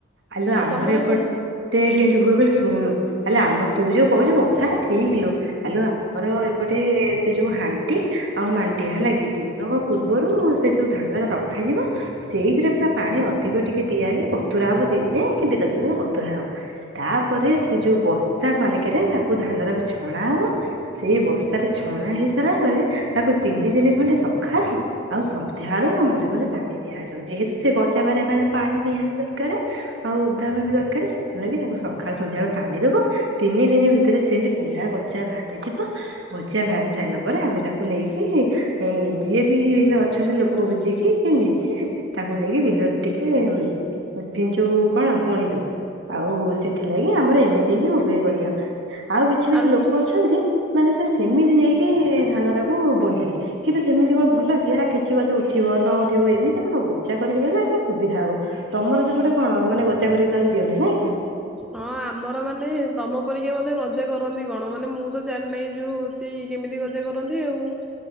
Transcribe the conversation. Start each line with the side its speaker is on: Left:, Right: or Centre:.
Right: ଆଲୁ
Centre: ଆଉ
Right: ଆମର
Centre: ତମର
Right: ଏପଟେ
Centre: କେମିତି
Right: କେମିତି ହୁଏ କହିଲେ ଶୁଣୁ? ହେଲେ ଆମର ତୁ ଯୋଉ କହୁଛୁ ବସା ଟା ଠିକ ଲୁ ଆଲୁ ଆମର ଏପଟେ ସେ ଯୋଉ ହାଣ୍ଟି ଆଉ ମାଣ୍ଟି ହେଲାଗି ଦିନ ପୂର୍ବରୁ ସେ ସବୁ ଧାନ ଟା ରଖାଯିବ ସେଇଥିରେ ପୁରା ପାଣି ଅଧିକ ଟିକେ ଦିଆହଇକି ବତୁରା ହବ ଦିନେ କି ଦଟା ଦିନ ଗ ବତୁରା ହବ ତାପରେ ସେ ଯୋଉ ବସ୍ତା ବନିକିରେ ତାକୁ ଧାନ ରାକୁ ଛଣା ହବା ସେଇ ବସ୍ତାରେ ଛଣା ହେଇ ସାରିଲା ପରେ ତାକୁ ତିନି ଦିନି ଖଣ୍ଡେ ସଖାଳି ଆଉ ସନ୍ଧ୍ୟା ବଳୁ ମଧେ କହିଲେ ପାଣି ଦିଆଯାଉ ଯେହେତୁ ସେ ଗଜା ବାହାରିବା ପାଇଁ ତାଙ୍କୁ ପାଣି ନିହାତି ଦରକାର ଆଉ ଓଦା ବାଲି ଦରକାର ସେଥି ଲାଗି ତାକୁ ସକାଳେ ସଂଧ୍ୟା ବେଳେ ପାଣି ଦେବ ତିନି ଦିନ ଭିତରେ ସେ - ପୁରା ଗଜା ବାହାରିଯିବ ଗଜା ବାହାରି ସାରିଲା ପରେ ଆମେ ତାକୁ ନେଇକି - ଏ ଯିଏ ବି ଅଛନ୍ତି ଲୋକ ବୁଝିକି କି ନିଜେ- ତାକୁ ନେଇକି ବିଲରେ ଟିକେ ଉ ଯୋଉ କଣ ବୁଣିଦଉ ଆଉ ସେଥିଲାଗି ଆମର ଏମିତି ହିଁ ହୁଏ ଗଜା ବାହାରେ- ଆଉ କିଛି କିଛି
Centre: ଆଲ
Right: ଲୋକ ଅଛନ୍ତି ମାନେ ସେ ସେମିତି ନେଇକି ଧାନ ଟାକୁ ବୁଣୀଥିବେ। କିନ୍ତୁ ସେମିତି କଣ ଭଲ କି ହେରା କିଛି ଗଛ ଉଠିବ ନ ଉଠିବ ଏମିତି କଣ ହବ ଚା କରିକି ନହଲେ ଟିକେ ସୁବିଧା ହବ ତମର ସେପଟେ କଣ ମାନେ ଗଚା କରିକ ତାହଲେ ଦିଅନ୍ତି ନାଇଁ -
Centre: ହଁ ଆମର ମାନେ ତମ ପରିକା ବୋଧେ ଗଜା କରନ୍ତି କଣ ମାନେ ମୁଁ ତ ଜାଣିନାହିଁ ଯୋଉ - ସେଇ କେମିତି ଗଜା କରନ୍ତି ଆଉ